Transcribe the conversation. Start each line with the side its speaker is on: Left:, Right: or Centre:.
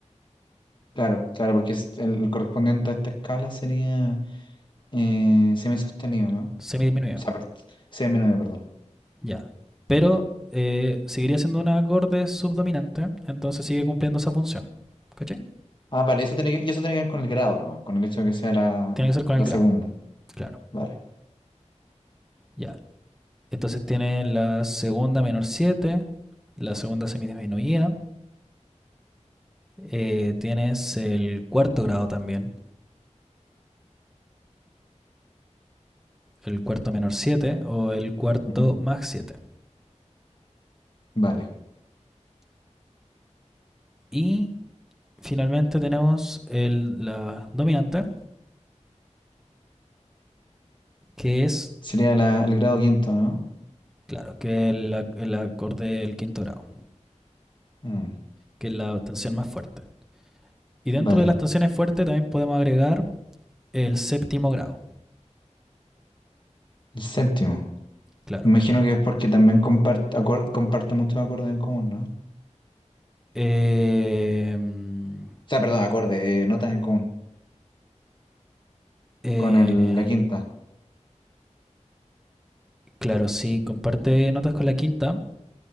Left: Claro, claro, porque es- el, el correspondiente a esta escala sería eh, semisostenido, ¿no?
Centre: semidiminuido.
Left: O sea, per- semidiminuido, perdón.
Centre: Ya. Pero eh, seguiría siendo un acorde subdominante, entonces sigue cumpliendo esa función. ¿Caché?
Left: Ah, vale, eso tiene que, y eso tiene que ver con el grado nomás, con el hecho de que sea la,
Centre: Tiene que ser con
Left: la
Centre: el grado,
Left: segunda.
Centre: claro.
Left: Vale,
Centre: Ya. Entonces tiene la segunda menor siete la segunda semidisminuida. eh, tienes el cuarto grado también, el cuarto menor siete o el cuarto
Left: Ujú.
Centre: más siete
Left: vale.
Centre: Y finalmente tenemos el, la dominante, que es
Left: Sería la- el grado quinto, ¿no?
Centre: Claro, que es la- el acorde del quinto grado,
Left: Mm,
Centre: que es la tensión más fuerte. Y dentro
Left: vale.
Centre: de las tensiones fuertes también podemos agregar el séptimo grado,
Left: El séptimo.
Centre: claro.
Left: Imagino que es porque también comparte, acor- comparte muchos acordes en común, ¿no? O
Centre: Eh, mm,
Left: sea, perdón, acordes, eh, notas en común.
Centre: eh,
Left: Con el, la quinta.
Centre: claro, sí, comparte notas con la quinta,